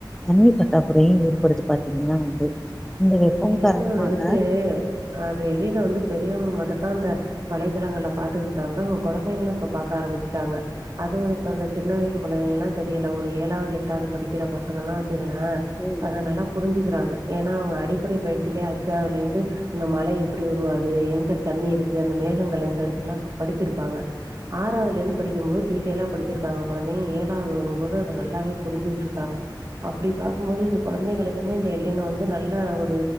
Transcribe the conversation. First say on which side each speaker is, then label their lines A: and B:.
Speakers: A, in the centre; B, on the right (about 45°).
A: தண்ணீ பட்டாக்குறையு ஏற்படுது பாத்தீங்கன்னா வந்து
B: இந்த
A: வெப்பம்
B: எல்லினோவ
A: காரணமாக
B: நெனச்சு அந்த எல்லினோ வந்து பெரியவங்க மட்டுதான் அந்த வலைத்தளங்களல பாத்துக்கிட்டுதாப்பா கொழந்தைங்களு இப்ப பாக்க ஆரம்மிச்சுட்டாங்க அதுவு இப்ப இந்த சின்ன வயசு குழந்தைங்கலா தெரியல ஒரு ஏழாவது எட்டாவது படிக்கிற பசங்கனா வச்சுங்ளே
A: உ
B: அ நல்லா புரிஞ்சுக்கிறாங்க ஏனா அவுங்க அடிப்படை பயிற்சிலே அஜாவதுலேருந்து அந்த மழ எப்டி உருவாது எங்க தண்ணி இருக்கு அந்த மேகங்கள் எங்க இருக்குல்லான் படிச்சிருப்பாங்க ஆறாவதுல இருந்து படிக்கு போது டீட்டெயலா படிச்சிருக்காங்க குழந்தைங்கா ஏழாவது வரும்போது அதை நல்லாவே புரிஞ்சுட்டு இருக்காங்க அப்டி பார்க்குபோது இது குழந்தைகளுக்குமே இந்த எல்லிநெ வந்து நல் நல்லா ஒரு